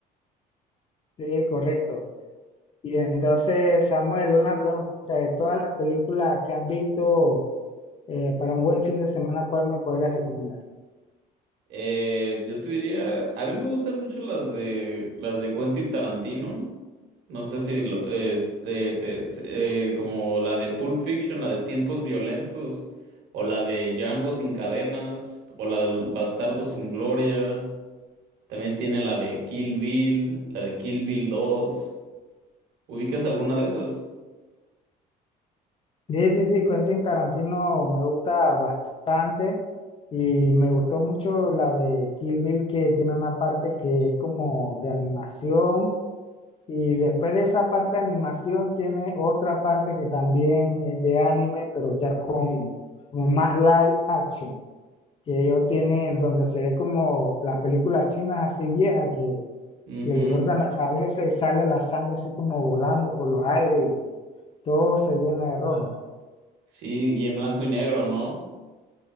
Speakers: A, on the left; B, on the right.
A: Sí, correcto. Y entonces, Samuel, una pregunta, de todas las películas que has visto eh, para un buen fin de semana, ¿cuál me podrías recomendar?
B: Eh, yo te diría, a mí me gustan mucho las de las de Quentin Tarantino. No sé si lo- este, te- eh, como la de Pulp Fiction, la de Tiempos Violentos, o la de Django sin cadenas, o la del Bastardo sin Gloria. También tiene la de Kill Bill, la de Kill Bill dos ¿Ubicas alguna de esas?
A: Sí, sí, sí, Quentin Tarantino me gusta bastante y me gustó mucho la de Kill Bill que tiene una parte que es como de animación y después de esa parte de animación tiene otra parte que también es de anime pero ya con como más live action que ellos tienen donde se ve como las películas chinas así viejas que,
B: Ujú.
A: que le cortan la cabeza y sale la sangre así como volando por los aires y todo se llena de rojo.
B: Sí, y en blanco y negro, ¿no?